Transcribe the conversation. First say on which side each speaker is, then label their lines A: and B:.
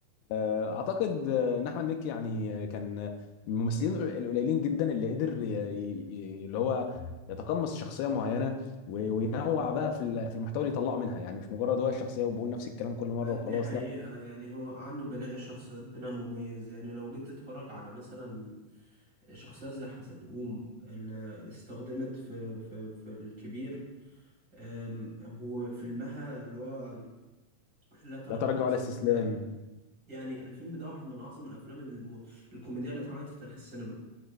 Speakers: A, on the left; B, on the right.
A: آه، اعتقد آه، ان احمد مكي يعني آه، كان من الممثلين القليلين جدا اللي قدر ي- ي- اللي هو يتقمص شخصيه معينه و- وينوع بقى في ال- في المحتوى اللي يطلعه منها يعني مش مجرد هو الشخصيه وبقول نفس الكلام كل مره
B: آه. دي
A: وخلاص
B: حقيقة
A: لا
B: يعني هو عنده بناء الشخصيات بناء مميز يعني لو جيت تتفرج على مثلا شخصية زي حزلقوم اللي استخدمت في في في الكبير آم، هو فيلمها اللي هو لا تراجع
A: لا تراجع
B: ولا استسلام
A: ولا استسلام
B: يعني الفيلم ده واحد من اعظم الافلام الم... الكوميديه اللي اتعملت في تاريخ السينما